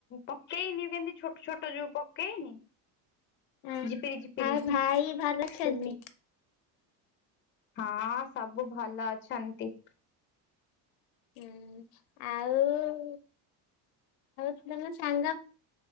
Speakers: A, on the left (about 30°); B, on the left (about 85°).
A: ପକେଇନି କେମତି ଛୋଟ ଛୋଟ ଯୋଉ ପକେଇନି।
B: ହଁ
A: ଝିପିରୀ ଝିପିରୀ
B: ଆଉ ଭାଇ ଭଲ ଅଛନ୍ତି
A: ସେମି ହଁ ସବୁ ଭଲ ଅଛନ୍ତି।
B: ହୁଁ ଆଉ ଆଉ ତମ ସାଙ୍ଗ